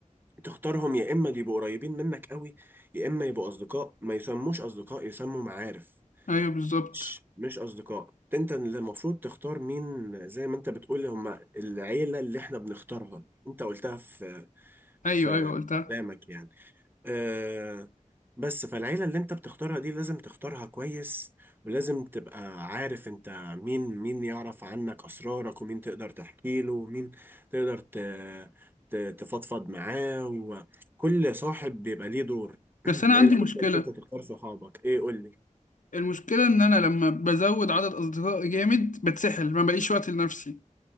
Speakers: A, on the right; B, on the left.
A: تختارهم يا إما يبقوا قريبين منك قوي يا إما يبقوا أصدقاء ما يسموش أصدقاء يسموا معارف
B: أيوه بالظبط
A: مش مش أصدقاء انت اللي المفروض تختار مين زي ما انت بتقول هم العيلة اللي احنا بنختارها انت قلتها في
B: أيوه
A: في
B: أيوه قلتها
A: قدامك يعني أه بس فالعيلة اللي انت بتختارها دي لازم تختارها كويس ولازم تبقى عارف انت مين مين يعرف عنك أسرارك ومين تقدر تحكي له ومين تقدر ت- ت- تفضفض معاه وكل صاحب بيبقى ليه دور
B: بس
A: <clears throat> هي
B: أنا عندي
A: الفكرة
B: مشكلة
A: ان انت تختار صحابك ايه قول لي
B: المشكلة إن أنا لما بزود عدد أصدقائي جامد بتسحل ما بلاقيش وقت لنفسي